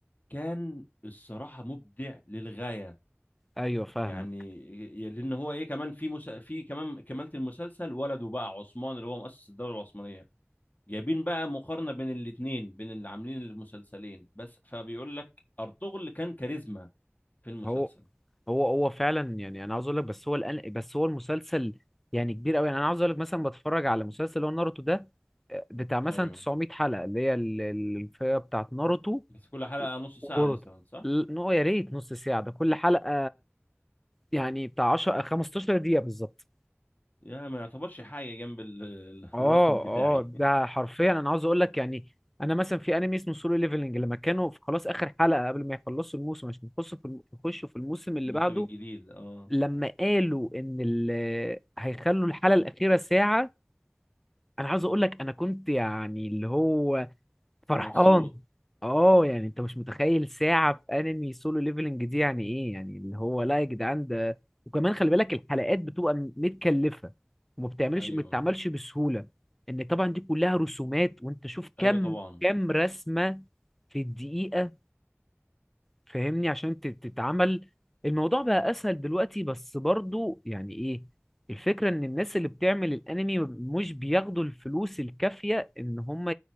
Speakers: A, on the left (about 35°); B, in the centre.
A: كان الصراحه مبدع للغايه
B: ايوه فاهمك
A: يعني ي- لان هو ايه كمان في مس... في كمان كمالة المسلسل ولده بقى عثمان اللي هو مؤسس الدوله العثمانيه جايبين بقى مقارنه بين الاثنين بين اللي عاملين المسلسلين بس فبيقول لك ارطغرل كان كاريزما في المسلسل
B: هو هو هو فعلا يعني انا عاوز اقول لك بس هو الان بس هو المسلسل يعني كبير قوي يعني انا عاوز اقول لك مثلا بتفرج على مسلسل اللي هو ناروتو ده آه، بتاع مثلا
A: ايوه
B: 900 حلقة اللي هي ال- ال- الفئة بتاعت ناروتو
A: بس كل حلقه نص ساعه
B: وجرد
A: مثلا صح
B: ل- نو يا ريت نص ساعة ده كل حلقة يعني بتاع 10 15 دقيقة بالظبط
A: يا ما يعتبرش حاجه جنب ال- <laughs>
B: اه
A: الرقم بتاعي
B: اه ده حرفيا انا عاوز اقول لك يعني انا مثلا في انمي اسمه سولو ليفلنج لما كانوا في خلاص اخر حلقة قبل ما يخلصوا الموسم عشان يخشوا في الم- يخشوا في الموسم اللي
A: الموسم
B: بعده
A: الجديد اه
B: لما قالوا ان ال... هيخلوا الحلقة الأخيرة ساعة انا عاوز اقول لك انا كنت يعني اللي هو فرحان
A: مبسوط
B: اه يعني انت مش متخيل ساعة في انمي سولو ليفلنج دي يعني ايه يعني اللي هو لا يا جدعان ده وكمان خلي بالك الحلقات بتبقى م- متكلفة وما بتعملش
A: ايوه
B: ما بتتعملش بسهولة ان طبعا دي كلها رسومات وانت شوف كم
A: ايوه طبعا
B: كم رسمة في الدقيقة فاهمني عشان تت- تتعمل الموضوع بقى اسهل دلوقتي بس برضو يعني ايه الفكرة ان الناس اللي بتعمل الانمي مش بياخدوا الفلوس الكافية ان هم